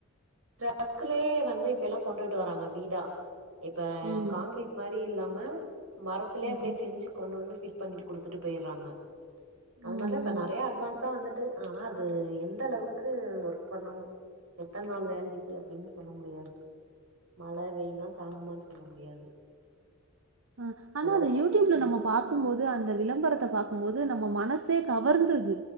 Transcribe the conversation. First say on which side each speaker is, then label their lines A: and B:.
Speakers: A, on the right (about 90°); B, on the right (about 70°).
A: டிரக்குலயே வந்து இப்பெல்லா கொண்டுட்டு வராங்க வீடா இப்ப
B: ம்.
A: காங்க்ரீட் மாரி இல்லாம மரத்திலயே
B: ம்.
A: அப்படியே செஞ்சி கொண்டு வந்து பண்ணிட்டு குடுத்துட்டு போய்றாங்க அது
B: ம்.
A: மாரிலா இப்ப
B: ம்
A: நெறியா அட்வான்ஸா வந்துட்டு ஆனா அது அது எந்த அளவுக்கு ஒர்க் பண்ணு எத்தன நாள் வேல்டிட்டி அப்டின்னு சொல்ல முடியாது மழ வெயில்லா தாங்குமான்னு சொல்ல முடியாது
B: அ ஆனா
A: ஹலோ
B: அந்த யூடியூப்ல
A: ம்
B: நம்ம பாக்குபோது அந்த விளா விளம்பரத்த பாக்குபோது நம்ம மனசே கவர்ந்துது